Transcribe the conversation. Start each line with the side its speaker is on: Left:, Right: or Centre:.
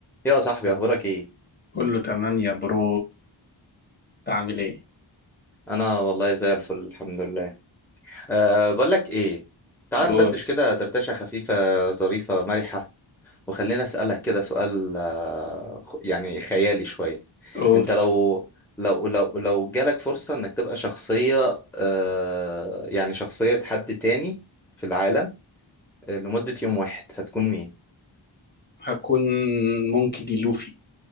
Centre: يا صاحبي اخبارك ايه
Left: كله تمام يا برو تعمل ايه
Centre: انا والله زي الفل الحمد لله أه بقول لك ايه تعال
Left: قول
Centre: ندردش كده دردشه خفيفه ظريفه مرحه وخلينا اسالك كده سؤال آه، خ- يعني خيالي شويه
Left: قول
Centre: انت لو لو لو لو جالك فرصه انك تبقى شخصيه أه يعني شخصيه حد تاني في العالم آه، لمده يوم واحد هتكون مين
Left: هكون مونكي دي لوفي